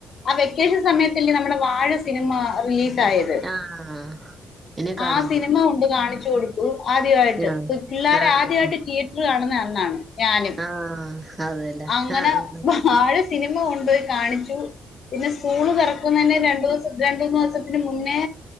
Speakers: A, on the left (about 55°); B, on the right (about 20°).
A: ആ വെക്കേഷൻ സമയത്തല്ലെ നമ്മടെ വാഴ സിനിമ റിലീസായെ
B: ആഹ് ഇനെ കാണാൻ
A: ആ സിനിമ
B: പോയി
A: കൊണ്ട് കാണിച്ചു കൊടു ആദ്യവായിട്ട്
B: ആഹ്
A: പിള്ളേര്
B: ആഹ്
A: ആദ്യവായിട്ട് തിയേറ്ററ് കാണുന്നെ അന്നാണ് ഞാനും
B: ആഹ് അതെല്ലേ
A: അങ്ങനെ
B: ആഹ്
A: വാഴ സിനിമ കൊണ്ടോയി കാണിച്ചു പിന്നെ സ്കൂള് തു റക്കുന്ന തന്നെ രണ്ടു ദിവസം രണ്ട മൂന്ന് ദിവസത്തിന് മുന്നേ്